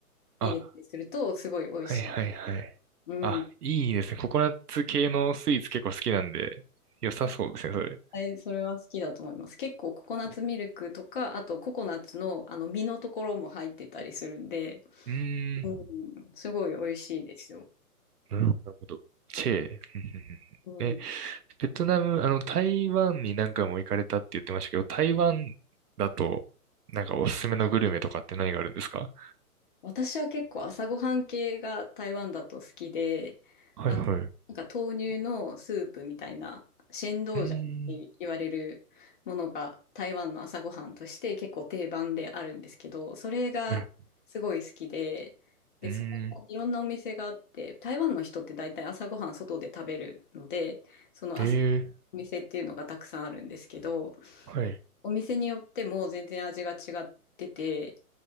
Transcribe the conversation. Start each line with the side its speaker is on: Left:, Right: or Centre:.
Left: 入れたりすると、
Right: あ、
Left: すごい美味しい。
Right: はいはいはい。
Left: うん。
Right: あ、いいですね。ココナッツ系のスイーツ結構好きなんで、良さそうですね、それ。
Left: はい、それは好きだと思います。結構ココナッツミルクとか、あとココナッツのあの実のところも入ってたりするんで、
Right: うーん。
Left: うん、すごい美味しいですよ。
Right: なるほど、なるほど。チェー。うんうんうんえ、
Left: うん
Right: ベトナム、あの、台湾に何回も行かれたって言ってましたけど、台湾だと、なんかおすすめのグルメとかって何があるんですか
Left: 私は結構朝ごはん系が台湾だと好きで、
Right: はいはい。
Left: あの、
Right: う
Left: なんか豆乳のスープみたいな、シェンドウジャンって言われるものが台湾の朝ごはんとして結構定番であるんですけど、
Right: ーん。
Left: それがすごい好きで、
Right: はい。
Left: で、
Right: うーん。
Left: そこもいろんなお店があって、台湾の人って大体朝ごはん外で食べるので、その朝
Right: ええ
Left: お店っていうのがたくさんあるんですけど、
Right: はい。
Left: お店によっても全然味が違ってて、